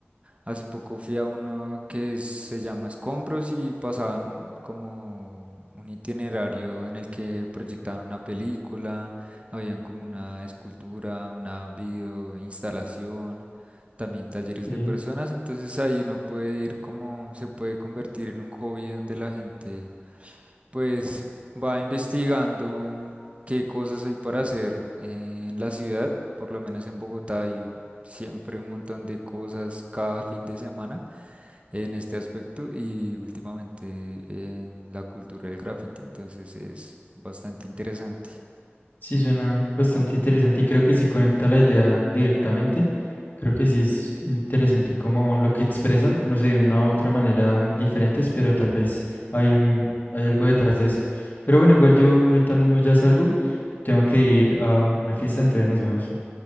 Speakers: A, on the right; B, on the left.
A: Hace poco fui a uno que se llama Escombros y pasaban como un itinerario en el que proyectaban una película, habían como una escultura, una video instalación, también talleres
B: Sí.
A: de personas, entonces ahí uno puede ir como, se puede convertir en un hobby donde la gente pues va investigando mm, qué cosas hay para hacer en la ciudad, por lo menos en Bogotá hay siempre un montón de cosas cada fin de semana en este aspecto y últimamente en la cultura del graffiti, entonces es bastante interesante.
B: Sí, suena bastante interesante y creo que sí conecta la idea directamente. Creo que sí es interesante como lo que expresan, no sé, de una u otra manera mm, diferentes, pero tal vez hay un, hay algo detrás de eso. Pero bueno, igual yo ahorita mismo ya salgo, tengo que ir a una fiesta, entonces nos vemos